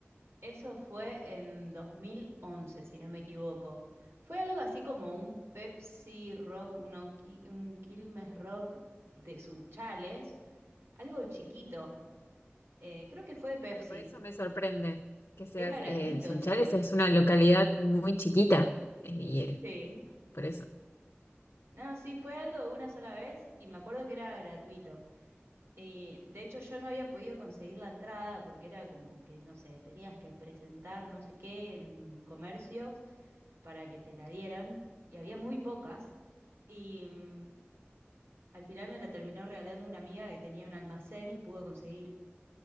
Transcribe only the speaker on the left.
Claro, por eso me sorprende que seas,
eh, Sunchales
es una localidad muy chiquita, eh, y eh,
por eso.